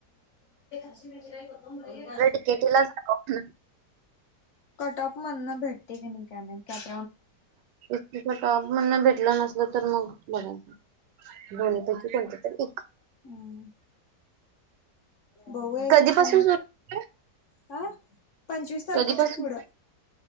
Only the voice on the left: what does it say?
चिरलेलं
कटऑफ म्हदणं भेट ठिक आहे मग काय म्हणतात
हम् बघू आहे
घे फोन
हा पंचवीस तारखेच्या
पुढं